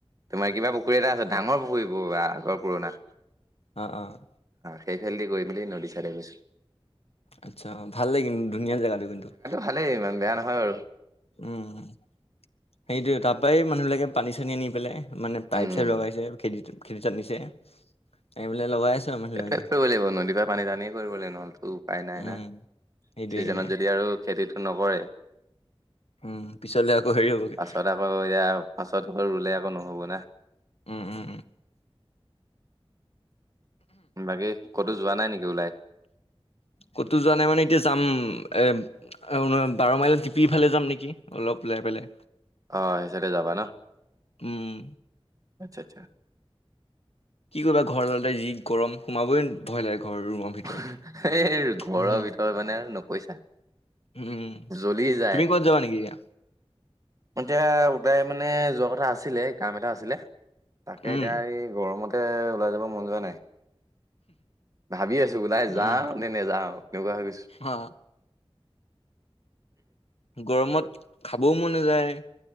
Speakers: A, on the right (about 35°); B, on the left (about 80°).
A: তোমাৰ কিবা পুখুৰী এটা আছে ডাঙৰ পুখুৰীবোৰ বা আগৰ পুৰণা
B: অ', অ'।
A: সেইফালদি গৈ মেলি নদী চাই দে গৈছোঁ।
B: আচ্ছা ভাল লাগিৰ কিন্তু ধুনীয়া জেগাটো কিন্তু।
A: ভালেই ইমান বেয়া নহয় আৰু।
B: উম, সেইটোৱে তাৰ পৰাই মানুহবিলাকে পানী, চানী মানে পাইপ,
A: উম
B: চাইপ লগাইছে খেতি, খেতিত নিছে আনি পেলাই লগাই আছে আৰু মানুহবিলাকে
A: সেইচোয়ে কৰিব লাগিব। নদীৰ পৰা পানী টানিয় কৰিব লাগিব। নহ'লেতো উপায় নাই
B: উম,
A: না।
B: সেইটোৱে
A: চিজনত
B: সেইটোৱে
A: যদি আৰু খেতিটো নকৰে।
B: উম, পিছলে আকৌ হেৰি হ'বগে
A: পাছত আকৌ এয়া পাছত ঘৰ ৰুলে আকৌ নহব না।
B: উম, উম, উম।
A: বাকী ক'তো যোৱা নাই নেকি ওলাই।
B: ক'তো যোৱা নাই মানে এতিয়া যাম এ অ, বাৰ মাইলত টিপিফালে যাম নেকি অলপ ওলাই পেলাই।
A: অ, সেইচে যাবা ন।
B: উম।
A: আচ্ছা, আচ্ছা।
B: কি কৰিবা ঘৰলতে যি গৰম সোমাবই ভয় লাগে। ঘৰ ৰুমৰ ভিতৰত
A: এই ঘৰৰ
B: উম,
A: ভিতৰত মানে আৰু নকৈছা।
B: উম,
A: জ্বলি যায়।
B: তুমি ক'বাত যাবা নেকি এতিয়া
A: এতিয়া দাই মানে যোৱা কথা আছিলে কাম এটা আছিলে। তাকে
B: উম,
A: এতিয়া এই গৰমতে ওলাই যাব মন যোৱা নাই ভাবি আছো। নাই যাওঁ,
B: উম।
A: নে, নে যাওঁ এনেকুৱা হৈ গৈছো।
B: হা গৰমত খাবও মন নযায়।